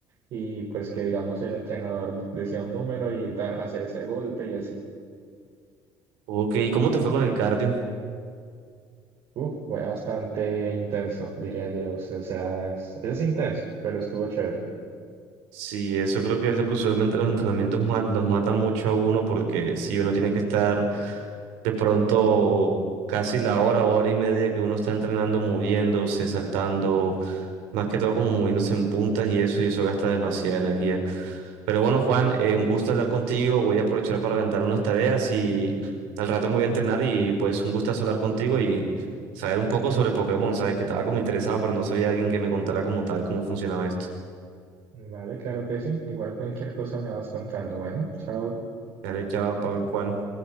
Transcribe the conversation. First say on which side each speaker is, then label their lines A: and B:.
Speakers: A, on the right; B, on the right.
A: y pues que digamos el entrenador decía un número y da- hacer ese golpe y así.
B: Ok, ¿y cómo te fue con el cardio?
A: Uf, fue bastante intenso, diría yo. O sea, es, es intenso, pero estuvo chévere.
B: Sí, eso creo que es lo que usualmente los entrenamientos ma- los mata mucho a uno porque si uno tiene que estar de pronto casi la hora, hora y media que uno está entrenando, moviéndose, saltando, más que todo como moviéndose en puntas y eso, y eso gasta demasiada energía. Pero bueno, Juan, eh, un gusto hablar contigo, voy a aprovechar para adelantar unas tareas y al rato me voy a entrenar y pues un gustazo hablar contigo y saber un poco sobre Pokémon, sabes que estaba como interesado, pero no sabía alguien que me contara como tal cómo funcionaba esto.
A: Vale, claro que sí. Igual cualquier cosa me vas contando. Bueno, chao.
B: Dale, chao, Pablo, Juan.